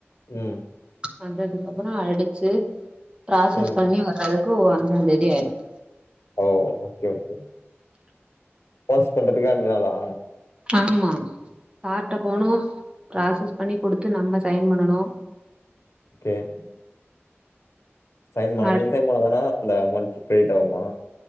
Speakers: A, on the left; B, on the right.
A: உம்
B: வந்ததுக்கப்புறம் அடிச்சு ப்ராசஸ்
A: ம்
B: பண்ணி வர்றதுக்கு ஒன்னா தேதி ஆயிடும்
A: ஓ ஓகே ஓகே பாஸ் பண்றதுக்கே அஞ்சு நாளா
B: ஆமா சார்ட போனும் ப்ராசஸ் பண்ணி குடுத்து நம்ம சைன் பண்ணணும்
A: ஏன் சைன் பண்ணனு
B: அ
A: நீங்க சைன் பண்ணா தானா அந்த அமௌண்ட் கிரெடிட் ஆகுமா